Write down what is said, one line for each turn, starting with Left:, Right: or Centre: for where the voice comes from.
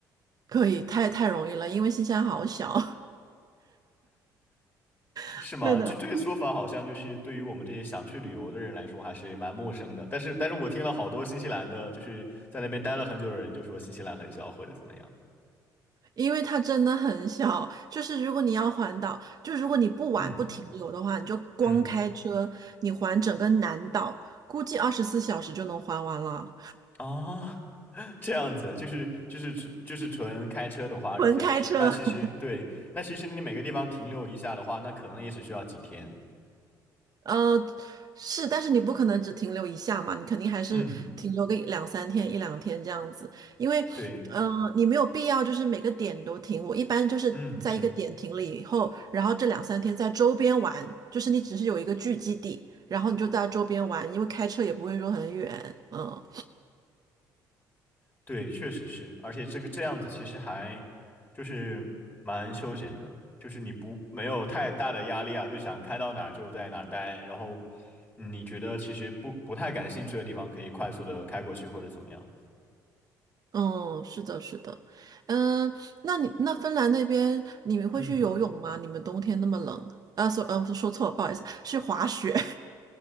Right: 可以，太太容易了，因为新西兰好小，<laughs>
Left: 是吗？
Right: 对的。
Left: 就这个说法，好像就是对于我们这些想去旅游的人来说，还是蛮陌生的。但是，但是我听了好多新西兰的，就是在那边待了很久的人，就说新西兰很小或者怎么样。
Right: 因为它真的很小，就是如果你要环岛，就如果你不玩不停留的话，
Left: 嗯
Right: 你就光开车，
Left: 嗯，
Right: 你环整个南岛，估计二十四小时就能环完了，
Left: 啊，<laughs> 这样子，就是就是纯就是纯开车的话，
Right: <laughs>
Left: 二十四小时。
Right: 纯开车。
Left: 那其实对，
Right: <laughs>
Left: 那其实你每个地方停留一下的话，那可能也只需要几天。
Right: 呃，是，但是你不可能只停留一下嘛，你肯定还是停留个一两三天、
Left: 嗯，
Right: 一两天这样子，因为，
Left: 对，
Right: 呃，你没有必要就是每个点都停。我一般就是在一个点停了以后，
Left: 嗯嗯。
Right: 然后这两三天在周边玩，就是你只是有一个聚集地，然后你就在周边玩，因为开车也不会说很远。嗯
Left: 对，确实是，而且这个这样子其实还就是蛮休闲的，就是你不没有太大的压力啊，就想开到哪儿就在哪儿待，然后嗯你觉得其实不不太感兴趣的地方可以快速的开过去或者怎么样。
Right: 嗯，是的，是的，嗯，那你那芬兰那边你们会去游泳吗？
Left: 嗯，
Right: 你们冬天那么冷，呃，说呃说错，了，不好意思，去滑雪。